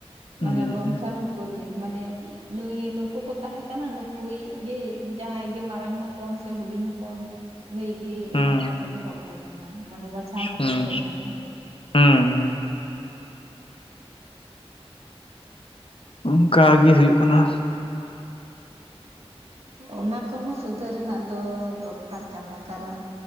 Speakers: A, on the left; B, on the right.
A: ᱦᱩᱸ
B: ᱢᱟᱱᱮ ᱵᱚᱝᱥᱟᱱ ᱠᱚᱨᱢᱤ ᱢᱟᱱᱮ ᱱᱩᱭ ᱱᱩᱠᱩ ᱠᱚ ᱛᱟᱦᱮᱸ ᱠᱟᱱᱟ ᱱᱩᱠᱩᱤᱡ ᱜᱮ ᱡᱟᱦᱟᱸᱭ ᱜᱮ ᱢᱟᱨᱟᱝ ᱦᱚᱯᱚᱱ ᱥᱮ ᱦᱩᱰᱤᱧ ᱦᱚᱯᱚᱱ ᱱᱩᱭ ᱜᱮ
A: ᱦᱩᱸ
B: ᱱᱚᱝᱠᱟ ᱠᱚ ᱫᱚᱦᱚ ᱠᱟᱭ ᱠᱟᱱᱟ ᱢᱟᱱᱮ ᱵᱟᱪᱷᱟᱣ ᱠᱟᱛᱮᱫ
A: ᱦᱩᱸ
B: ᱫᱚ ᱵᱟᱝ ᱾ <inaudible>
A: ᱦᱩᱸ ᱦᱩᱸ ᱚᱱᱠᱟᱜᱤ ᱦᱩᱭᱩᱜ ᱠᱟᱱᱟ᱾
B: ᱚᱱᱟ ᱠᱚᱦᱚᱸ ᱥᱩᱫᱷᱟᱹᱨ ᱨᱮᱱᱟᱜ ᱛᱚ ᱫᱚᱨᱠᱟᱨ ᱠᱟᱱᱟ ᱠᱟᱨᱚᱱ